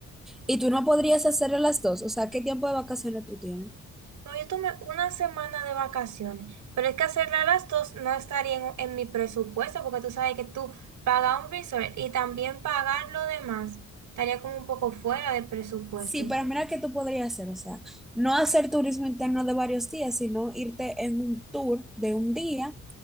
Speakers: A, in the centre; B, on the right.
A: Y tú no podrías hacer las dos. O sea, ¿qué tiempo de vacaciones tú tienes?
B: No, yo tomé una semana de vacaciones, pero es que hacerla a las dos no estaría en, en mi presupuesto, porque tú sabes que tú pagas un resort y también pagar lo demás estaría como un poco fuera de presupuesto.
A: Sí, pero mira qué tú podrías hacer. O sea, no hacer turismo interno de varios días, sino irte en un tour de un día,